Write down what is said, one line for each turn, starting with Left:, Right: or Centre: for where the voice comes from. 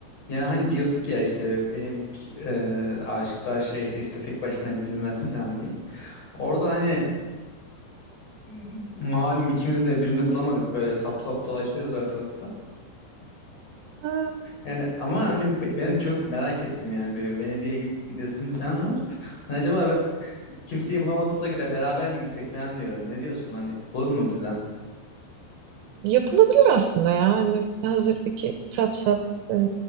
Left: Ya hani diyorduk ya işte Venedik e, aşıklar şehri işte tek başına gidilmez falan diye. Orada hani e, malum ikimiz de birini bulamadık böyle sap sap dolaşıyoruz ortalıkta.
Right: Ha,
Left: Yani ama benim, benim çok merak ettim yani bir Venedik'e gid- gidesim falan var. Hani acaba be- kimseyi bulamadığımıza göre beraber mi gitsek falan diyorum. Ne diyorsun hani olur mu bizden?
Right: yapılabilir aslında ya. Hani hazır iki sap sap e,